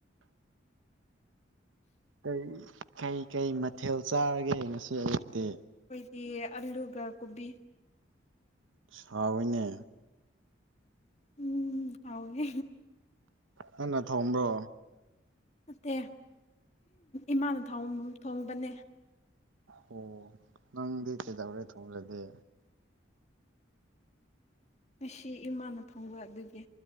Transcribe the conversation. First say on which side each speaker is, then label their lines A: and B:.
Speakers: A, on the right (about 85°); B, on the left (about 35°).
A: ꯀꯩ ꯀꯩ ꯀꯩ ꯃꯊꯦꯜ ꯆꯥꯔꯒꯦ ꯉꯁꯤ ꯑꯌꯨꯛꯇꯤ
B: ꯗꯤ ꯑꯜꯂꯨꯒ ꯀꯣꯕꯤ
A: ꯍꯥꯎꯋꯤꯅꯦ
B: ꯎꯝ ꯍꯥꯎꯋꯤ
A: ꯍꯟꯅ ꯊꯣꯡꯕ꯭ꯔꯣ
B: ꯅꯠꯇꯦ ꯏꯃꯥꯅ ꯊꯣꯡ ꯊꯣꯡꯕꯅꯦ
A: ꯑꯣ ꯅꯪꯗꯤ ꯀꯩꯗꯧꯔꯦ ꯊꯣꯡꯗ꯭ꯔꯗꯤ
B: ꯉꯁꯤ ꯏꯃꯥꯅ ꯇꯣꯡꯕ ꯑꯗꯨꯒꯤ